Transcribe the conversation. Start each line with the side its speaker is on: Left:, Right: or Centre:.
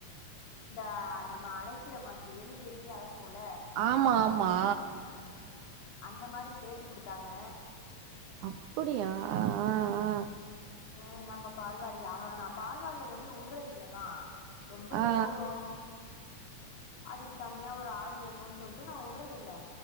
Left: இந்தா நம்ம அலைக்கிற மாதிரி எழுதி எழுதி அலைப்போல
Right: ஆமா ஆமா
Left: அந்த மாரி ஸ்லேட்டு குடுத்தாங்க
Right: அப்புடியா ஆ ஆ ஆ
Left: அ நம்ம பால்வாடில அவே நா பால்வாடில கொண்டி வுட்றதில்லதா ரொம்ப
Right: ஆ
Left: தூரோ அதுக்கு தனியா ஒரு ஆள் வேணுன் சொல்ட்டு நா வுட்றதில்ல